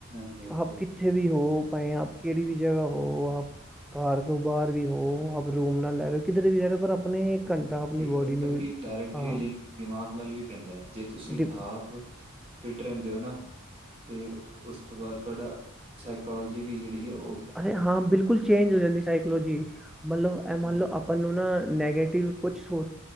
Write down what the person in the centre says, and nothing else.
ਆਪ ਕਿੱਥੇ ਵੀ ਹੋ ਭਾਵੇਂ ਆਪ ਕਿਹੜੀ ਵੀ ਜਗਾ ਹੋ ਆਪ ਘਰ ਤੋਂ ਬਾਹ ਵੀ ਹੋ ਆਪ ਰੂਮ ਨਾਲ ਲੈ ਰਹੇ ਹੋ ਕਿੱਧਰ ਵੀ ਰਹਿ ਰਹੇ ਹੋ ਪਰ ਆਪਣੇ ਇੱਕ ਘੰਟਾ ਆਪਣੀ
ਬੋਡੀ ਨੂੰ
ਹਾਂ
ਡਿ
ਅਰੇ ਹਾਂ ਬਿਲਕੁਲ ਚੇਂਜ ਹੋ ਜਾਂਦੀ ਸਾਈਕਲੋਜੀ ਮਤਲਬ ਐ
ਮਨ
ਲੋ ਅਪ ਆਪ ਨੂੰ ਨਾ ਨੈਗੇਟਿਵ ਕੁਛ ਸੋਚ